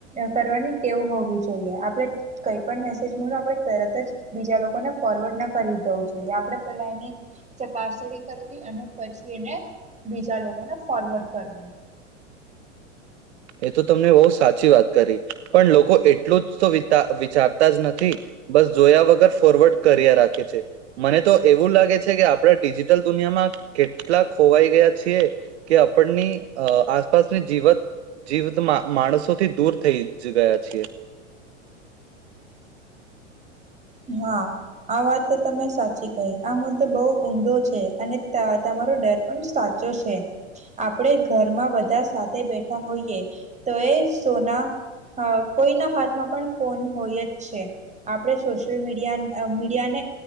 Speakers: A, on the right (about 20°); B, on the right (about 60°).
A: કરવાની ટેવ હોવી જોઈએ આપણે કઈ પણ મેસેજ આપણે તરત જ બીજા લોકોને ફોરવર્ડ ના કરી દેવું જોઈએ આપણે પેલા એની, ચકાસણી કરવી અને પછી એને લોકોને ફોરવર્ડ કરવું.
B: એ તો તમને બહુ સાચી વાત કરી, પણ લોકો એટલું જ તો વિતા વિચારતા જ નથી, બસ જોયા વગર ફોરવર્ડ કર્યા રાખે છે, મને તો એવું લાગે છે કે આપડા ડિજિટલ દુનિયામાં કેટલા ખોવાઈ ગયા છીએ, કે આપણની અ આસપાસની જીવત જીવત માણસોથી દૂર થઈ ગયા છીએ.
A: હા, આ વાત તો તમે સાચી કહી આ મુદ્દો બહુ ઊંડો છે અને ત તમારો ડર પણ સાચો છે. આપડે ઘરમાં બધા સા ને બેઠા હોઈએ, તો એ સોના હ કોઈના હાથમાં પણ ફોન હોય જ છે, આપણે સોશિયલ મીડિયા મીડિયાને